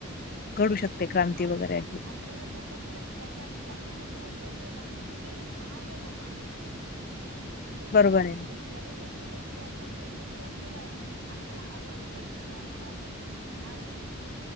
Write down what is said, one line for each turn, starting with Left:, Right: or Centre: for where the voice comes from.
Left: घडू शकते क्रांती
Right: आपल्याला
Left: वगैरे.
Right: आपल्याला त्याच्यातला महत्त्व कळतं ना कि हे काय आहे बाबा. का. एखाद्या
Left: बरोबर आहे.
Right: कुठल्याही गोष्टीचा इतिहास समजून घेतल्याशिवाय आपल्याला. आवड पण निर्माण होणार नाही. आणि